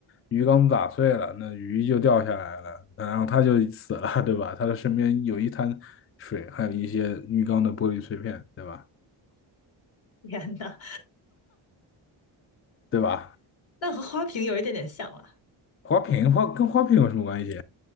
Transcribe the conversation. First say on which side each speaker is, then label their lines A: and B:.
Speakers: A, on the left; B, on the left.
A: 鱼缸打碎了，那鱼就掉下来了，然后他就死了，对吧？他的身边有一滩水，还有一些鱼缸的玻璃碎片，对吧？
B: 天呐，
A: 对吧？
B: 那和花瓶有一点点像了。
A: 花瓶花跟花瓶有什么关系？